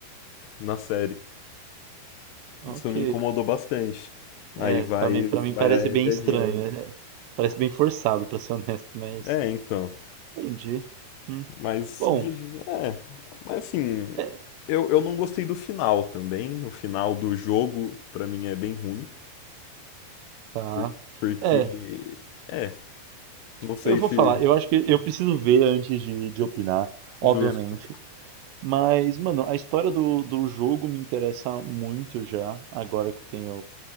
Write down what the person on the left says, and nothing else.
na série.
Isso me incomodou bastante. Aí
vai,
vai
a Ellie
e
a Dina.
É, então.
Mas,
de- é. Mas assim,
eu, eu não gostei do final também. O final do jogo, pra mim, é bem ruim.
por- Porque,
é, não sei
se
justo.